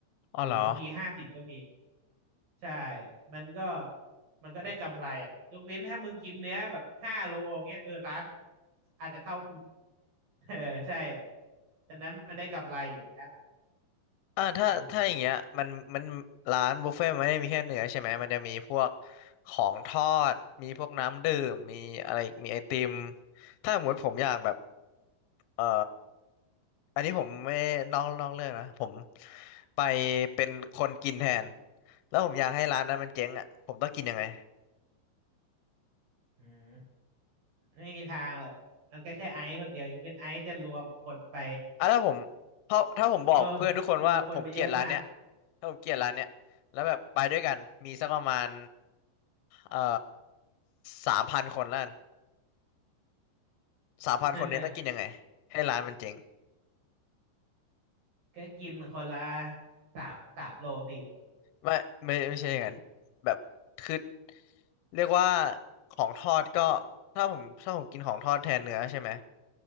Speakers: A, on the left; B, on the right.
A: อ๋อเหรอ
B: หรือบางทีห้าสิบก็มี ใช่ มันก็มันก็ได้กำไรอ่ะยกเว้นถ้ามึงกินเนื้อแบบห้าโลอย่างเงี้ยเออร้านมันอาจจะเท่าทุน <laughs> เออใช่ฉะนั้นมันได้กำไรอยู่แล้ว
A: อ่าถ้าถ้าอย่างเงี้ยมันมันร้านบุฟเฟ่ต์มันไม่ได้มีแค่เนื้อใช่ไหมมันจะมีพวก
B: อืม
A: ของทอดมีพวกน้ำดื่มมีอะไรอีกมีไอติมถ้าสมมติผมอยากแบบเอ่ออันนี้ผมไม่นอกนอกเรื่องนะผมไปเป็นคนกินแทนแล้วผมอยากให้ร้านนั้นมันเจ๊งอ่ะผมต้องกินยังไง
B: อืมไม่มีทางหรอกมันก็แค่ไอซ์คนเดียวยกเว้นไอซ์จะรวมคนไป
A: อ่ะถ้าผมเพราะถ้าผมบอกเพื่อนทุกคนว่าผมเกลียดร้านเนี้ย
B: รวม <laughs> รวมคนไปเยอะมาก
A: ถ้าผมเกลียดร้านเนี้ยแล้วแบบไปด้วยกันมีสักประมาณ เอ่อสามพันคนล้านสามพันคนนี้ต้องกินยังไงให้ร้านมันเจ๊ง
B: <laughs> ก็กินคนละสามสามโลสี่โล
A: ไม่ไม่ไม่ใช่อย่างนั้นแบบคือ
B: อืม
A: เรียกว่าของทอดก็ถ้าผมถ้าผมกินของทอดแทนเนื้อใช่ไหม